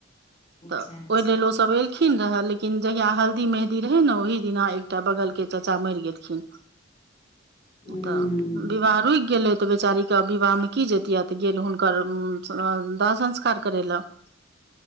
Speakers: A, on the left; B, on the right.
A: अच्छा
B: तऽ
A: अच्छा
B: ओहि लेल ओ सब एलखिन खिन लेकिन जहिया हल्दी मेहदी रहै ने ओहि दिना एकटा बगल के चच्चा मरि गेलखिन
A: <inaudible> हूँ
B: तऽ विवाह रुकि गेलै तऽ बेचारी क विवाह मे की जतियै तऽ गेल हुनकर दाह संस्कार करै लए
A: <inaudible>